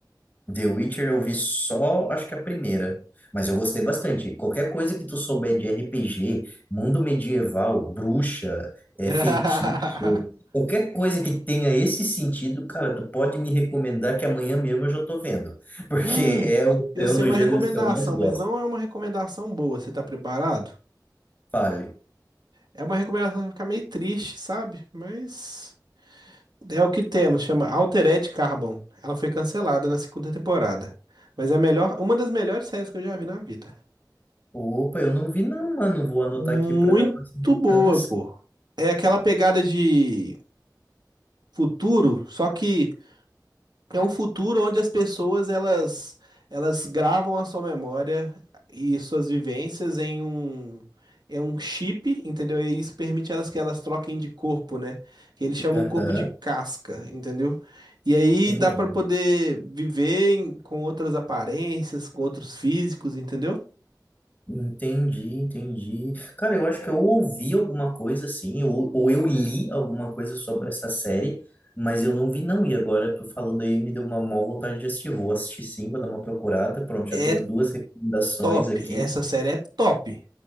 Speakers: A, on the left (about 25°); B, on the right (about 70°).
A: The Witcher eu vi só, acho que a primeira. Mas eu gostei bastante. Qualquer coisa que tu souber de RPG, mundo medieval, bruxa, é,
B: <laughs>
A: feitiço, qualquer coisa que tenha esse sentido, cara, tu pode me recomendar que amanhã mesmo eu já tô vendo. <laughs> Porque
B: Hum,
A: é, o-
B: eu
A: é
B: sei
A: um dos
B: uma
A: gêneros
B: recomendação,
A: que eu mais gosto.
B: mas não é uma recomendação boa. Você tá preparado?
A: Fale.
B: É uma recomendação que fica meio triste, sabe? Mas É o que temos, chama Altered Carbon. Ela foi cancelada na segunda temporada. Mas é a melhor, uma das melhores séries que eu já vi na vida.
A: Opa, eu não vi não, mano. Vou anotar
B: Muito
A: aqui pra dar uma
B: boa,
A: olhada.
B: pô. É aquela pegada de futuro, só que É um futuro onde as pessoas elas elas gravam a sua memória e suas vivências em um é um chip, entendeu? E isso permite elas que elas troquem de corpo, né? Que eles chamam
A: Aham,
B: corpo de casca, entendeu? E aí
A: entendi.
B: dá pra poder viver em- com outras aparências, com outros físicos, entendeu?
A: Entendi, entendi. Cara, eu acho que eu ouvi alguma coisa assim, ou, ou eu li alguma coisa sobre essa série, mas eu não vi não. E agora tô falando aí, me deu uma má vontade de assistir. Vou assistir sim, vou dar uma procurada. Pronto,
B: É
A: já tenho duas recomendações
B: top,
A: aqui.
B: essa série é top.